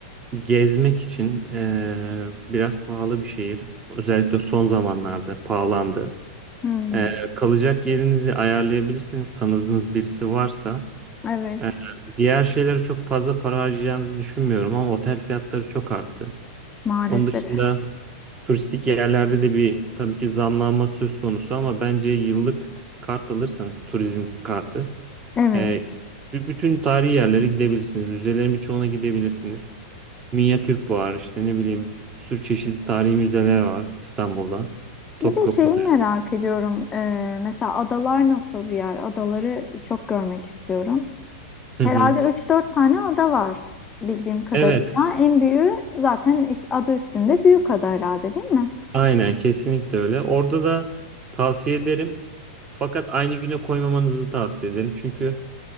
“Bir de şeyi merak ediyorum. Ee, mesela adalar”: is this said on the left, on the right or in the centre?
Left